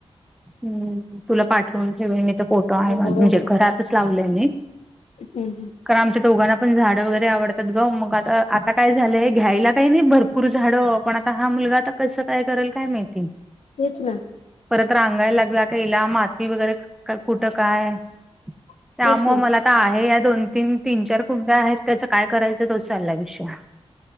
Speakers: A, in the centre; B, on the left (about 80°).
A: हम तुला पाठवून ठेवेन, मी तो फो <unintelligible> म्हणजे
B: हो हो.
A: घरातच लावलं मी.
B: हम्म
A: कारण आमच्या दोघांना पण झाडं वगैरे आवडतात गं, मग आता- आता काय झालंय घ्यायला, काही नाही भरपू भरपूर झाड पण आता हा मुलगा आता कसं काय, करेल काय माहिती?
B: तेच ना.
A: परत रांगायला लागला कि हेला माती वगैर, का कुठं काय?
B: <inaudible>
A: त्यामुळं
B: ना.
A: मला आ आहे या दोन- तीन, तीन -चार कुंडया आहेत, त्याचं काय करायचं तोच चाललाय विषय.